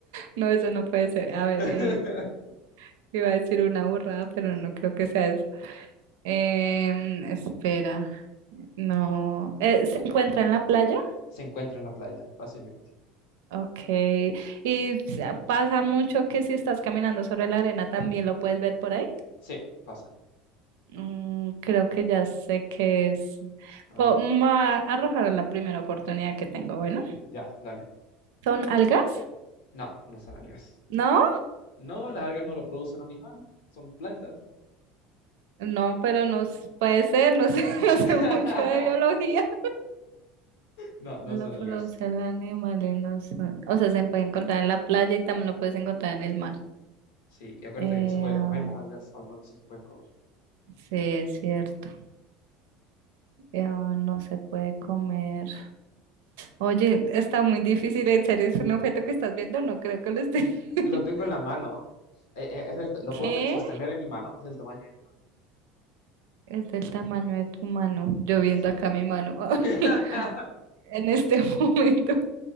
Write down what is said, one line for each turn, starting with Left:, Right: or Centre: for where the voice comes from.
Right: No, eso no puede ser. A ver,
Left: <laughs>
Right: eh, iba a decir una burrada, pero no creo que sea eso. Em, espera. No. Eh, ¿se encuentra en la playa?
Left: Se encuentra en la playa, fácilmente.
Right: Okay, y sa- pasa mucho que si estás caminando sobre la arena también lo puedes ver por ahí.
Left: Sí, pasa.
Right: Mm, creo que ya sé qué es.
Left: A
Right: Po-
Left: ver.
Right: me Voy a arrojar a la primera oportunidad que tengo. Bueno,
Left: Ya, dale.
Right: ¿son algas?
Left: No, no son algas.
Right: ¿No?
Left: No, las algas no lo produce un animal, son plantas.
Right: No, pero no s- puede ser, no sé, <laughs> no
Left: <laughs>
Right: sé mucho de biología.
Left: No, no
Right: Lo
Left: son
Right: produce
Left: algas.
Right: el animal y no son- O sea, se puede encontrar en la playa y también lo puedes encontrar en el mar.
Left: Sí, y acuérdate
Right: Eh,
Left: que no se puede
Right: ah,
Left: comer las algas, o algunas sí se pueden comer.
Right: sí, es cierto. Eh, ah, no se puede comer. Oye, está muy difícil, ¿en serio es un objeto que estás viendo? No creo que lo estés <laughs> viendo.
Left: Lo tengo en la mano. Eh, eh, es del, t- lo
Right: ¿Qué?
Left: puedo te- sostener en mi mano, es del tamaño de mi mano.
Right: Es del tamaño de tu mano. Yo viendo
Left: Sí.
Right: acá mi mano. <laughs>
Left: <laughs>
Right: En este <laughs> momento